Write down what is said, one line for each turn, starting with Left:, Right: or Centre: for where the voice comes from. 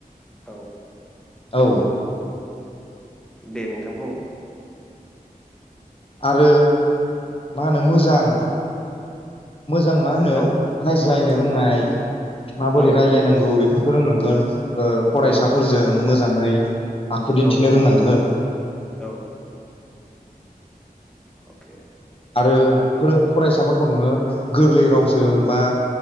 Centre: औ
Left: औ
Centre: दे नोंथां बुं।
Left: आरो मा होनो मोजां मोजां मा होनो
Centre: औ
Left: रायज्लायनो रोंनाय
Centre: औ
Left: माबोरै
Centre: औ
Left: रायलायनांगौ बेफो फोरोंनांगोन। ओ फरायसाफोरजों
Centre: औ
Left: मोजाङै आखु दिन्थिनो
Centre: औ
Left: रोंनांगोन।
Centre: औ <unintelligible>
Left: आरो
Centre: नंगौ नोंथां
Left: फोरो फरायसाफोरखौ नोङो गोरलै राव जों बा